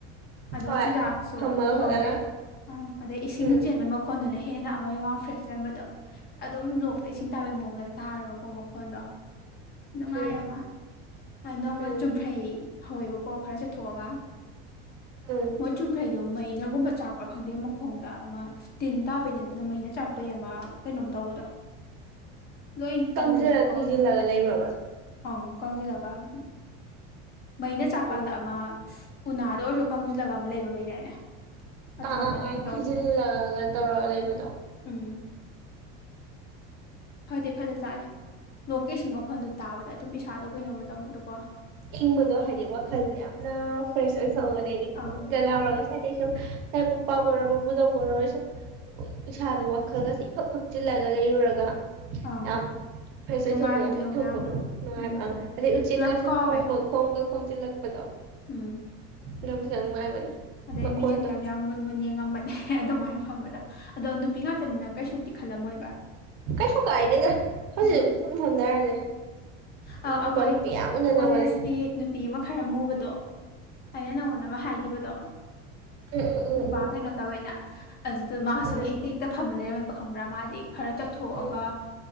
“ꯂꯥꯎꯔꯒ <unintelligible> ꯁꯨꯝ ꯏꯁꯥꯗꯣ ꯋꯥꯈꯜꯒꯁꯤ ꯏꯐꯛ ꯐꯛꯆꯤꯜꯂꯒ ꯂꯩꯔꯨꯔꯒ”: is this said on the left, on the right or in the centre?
Right